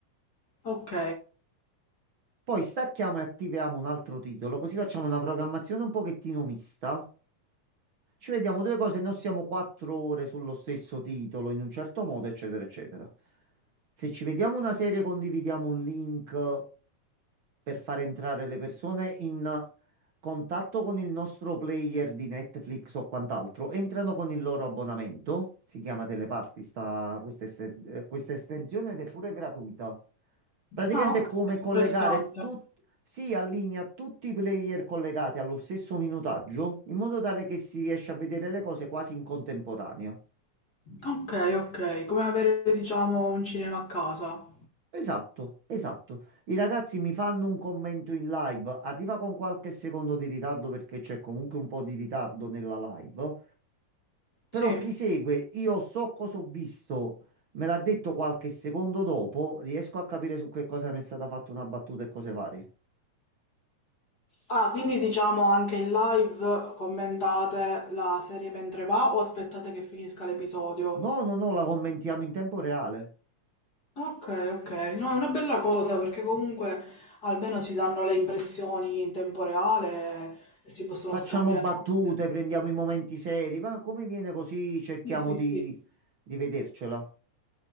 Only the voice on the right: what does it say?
Poi stacchiamo e attiviamo un altro titolo, così facciamo una programmazione un pochettino mista. Ci vediamo due cose, e non siamo quattro ore sullo stesso titolo, in un certo modo, eccetera, eccetera. Se ci vediamo una serie, condividiamo un link eh, per far entrare le persone in contatto con il nostro player di Netflix o quant'altro, entrano con il loro abbonamento, si chiama Teleparty, sta questa, est- eh, questa estensione ed è pure gratuita. Praticamente
è come collegare
tutti, si allinea tutti i player collegati allo stesso minutaggio in modo tale che si riesce a vedere le cose quasi in contemporanea.
Esatto, esatto. I ragazzi mi fanno un commento in live, arriva con qualche secondo di ritardo perché c'è comunque un po' di ritardo nella live, però
chi segue, io so cosa ho visto, me l'ha detto qualche secondo dopo, riesco a capire su che cosa mi è stata fatta una battuta e cose varie.
No, no, no, la commentiamo in tempo reale.
facciamo
battute,
prendiamo i momenti seri, ma come viene così cerchiamo
di,
di vedercela.